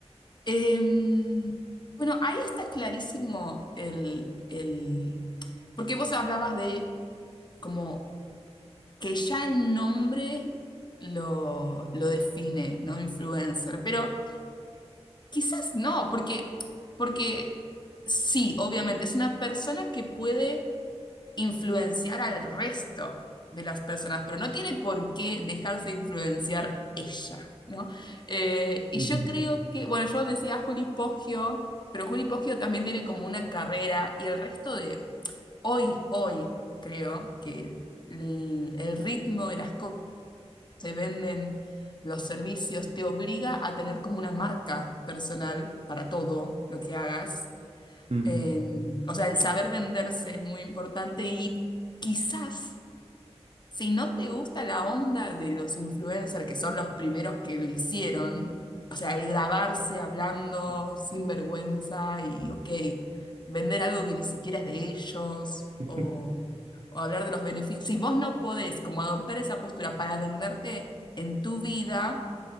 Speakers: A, on the left; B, on the right.
A: Em, bueno, ahí está clarísimo el, el- Porque vos hablabas de como que ya el nombre lo, lo define, ¿no? Influencer, pero quizás no, porque, porque sí, obviamente, es una persona que puede influenciar al resto de las personas, pero no tiene por qué dejarse influenciar ella, ¿no? Eh, y
B: Ujú.
A: yo creo que, bueno, yo decía Juli Poggio, pero Juli Poggio también tiene como una carrera y el resto de hoy, hoy, creo que el, el el ritmo de las cosas se venden, los servicios, te obliga a tener como una marca personal para todo lo que hagas.
B: Mm.
A: Eh, o sea, el saber venderse es muy importante y quizás si no te gusta la onda de los influencers, que son los primeros que lo hicieron, o sea, el grabarse hablando sin vergüenza y, ok, vender algo que ni siquiera es de ellos
B: <laughs>
A: o, o hablar de los beneficios, si vos no podés como adoptar esa postura para venderte en tu vida,